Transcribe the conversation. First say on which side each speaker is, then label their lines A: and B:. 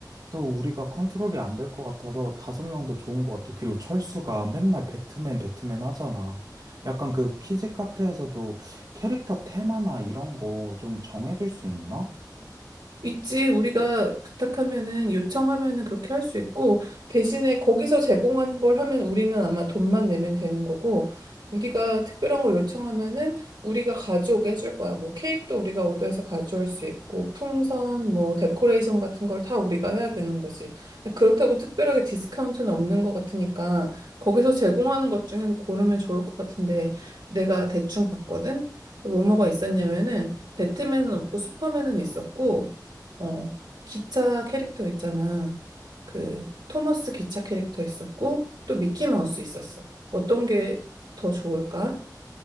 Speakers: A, on the right; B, on the right.
A: 또 우리가 컨트롤이 안 될 것 같아서 다섯 명도 좋은 것 같아. 그리고 철수가 맨날 배트맨, 배트맨 하잖아. 약간 그 키즈 카페에서도 캐릭터 테마나 이런 거 좀 정해줄 수 있나?
B: 있지, 우리가 부탁하면은, 요청하면은 그렇게 할 수 있고, 대신에 거기서 제공하는 걸 하면 우리는 아마 돈만 내면 되는 거고, 우리가 특별한 걸 요청하면은 우리가 가져오게 해줄 거야. 뭐 케이크도 우리가 오더해서 가져올 수 있고, 풍선, 뭐 데코레이션 같은 걸 다 우리가 해야 되는 거지. 그렇다고 특별하게 디스카운트는 없는 것 같으니까, 거기서 제공하는 것 중에서 고르면 좋을 것 같은데, 내가 대충 봤거든? 뭐뭐가 있었냐면은, 배트맨은 없고 슈퍼맨은 있었고 어, 기차 캐릭터 있잖아. 그 토머스 기차 캐릭터 있었고 또 미키마우스 있었어. 어떤 게 더 좋을까?